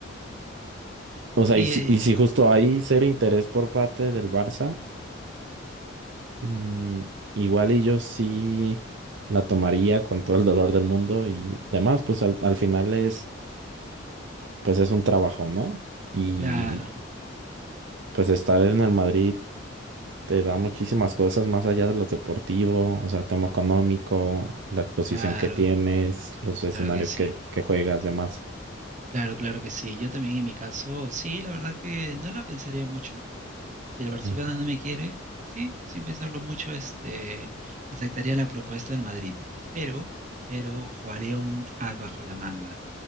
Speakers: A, on the right; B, on the right.
A: o sea,
B: sí,
A: y si, y si justo hay cero interés por parte del Barça, mm, igual y yo sí la tomaría con todo el dolor del mundo y demás, pues al al final es pues es un trabajo, ¿no? Y
B: claro,
A: pues estar en el Madrid te da muchísimas cosas más allá de lo deportivo, o sea, tema económico, la exposición
B: claro,
A: que tienes, los escenarios
B: claro que sí.
A: que, que juegas, demás.
B: Claro, claro que sí. Yo también en mi caso, sí, la verdad que no la pensaría mucho. Si el Barcelona
A: Ujú.
B: no me quiere, sí, sin pensarlo mucho, este, aceptaría la propuesta del Madrid, pero, pero jugaría un as bajo la manga.